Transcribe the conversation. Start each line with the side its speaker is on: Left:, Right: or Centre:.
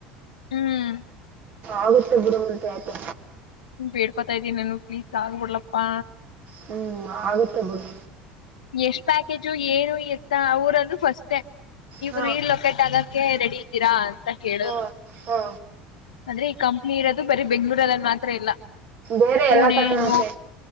Left: ಹ್ಮ್
Right: ಆಗುತ್ತೆ ಗುರಮಂತೆ ಯಾಕೆ
Left: ಬೇಡ್ಕೋತಾ ಇದ್ದೀಿಾನು ಪ್ಲೀಸ್ ಆಗ್ಬಡ್ಲಪ್ಪಾ
Right: ಹ್ಮ್ ಆಗುತ್ತೆ ಬದು
Left: ಎಷ್ಟ್ ಪ್ಯಾಕೇಜು ಏನು ಇತ್ತ ಅವರಂದ ಫಸ್ಟೇ ನೀವು್
Right: ಹಾ
Left: ರೀ ಲೊಕೇಟ್ ಆಗ ಕೆ ರೆಡಿ ಇದ್ದೀರಾ ಅಂತ ಕೇಳೋರು
Right: ಹಾ ಹಾ
Left: ಅಂದ್ರೆ ಈ ಕಂಪ್ನಿ ಇರೋದು ಬರೀ ಬೆಂಗ್ಗಳೂರಲ್ಲಲ್ಲಿ ಮಾತ್ರ ಇಲ್ಲ
Right: ಬೇರೆ
Left: ಪುಣೆ
Right: ಎಲ್ಲಾ ಕಡೆನಂತೆ
Left: ನೋ